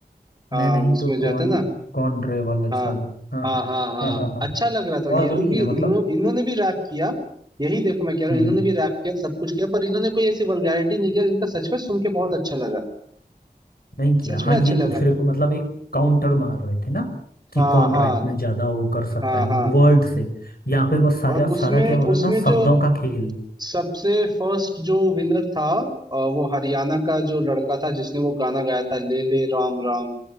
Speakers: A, on the right (about 25°); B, on the left (about 65°).
A: हाँ
B: मैं नहीं
A: उसमें
B: तो
A: जो
B: कौन
A: होता है ना
B: कौन रे वाला
A: हाँ
B: था जो हाँ
A: हाँ
B: हाँ
A: हाँ हाँ
B: हाँ हाँ हाँ
A: अच्छा लग रहा था
B: और
A: ये लोग
B: भी
A: भी
B: है मतलब
A: इन्हों इन्होंने भी रैप किया यही देखो मैं कह रहा
B: हम्म
A: हूँ इन्होंने
B: हम्म।
A: भी रैप किया सब कुछ किया पर इन्होंने कोई ऐसी वल्गैरिटी नहीं किया जिनका सच में सुन के बहुत अच्छा लगा
B: नहीं किया
A: सच
B: हाँ
A: में अच्छा
B: ये
A: लगा
B: दूसरे को मतलब एक काउंटर मार रहे थे ना कि
A: हाँ
B: कौन
A: हाँ
B: रैप में ज्यादा वो कर सकता
A: हाँ
B: है
A: हाँ
B: वर्ड से यहाँ पे बस सारा
A: और उसमें
B: सारा क्या हो रहा
A: उसमें
B: था शब्दों
A: जो
B: का खेल
A: सबसे फर्स्ट जो विनर था अ, वो हरियाणा का जो लड़का था जिसने वो गाना गाया था ले ले राम राम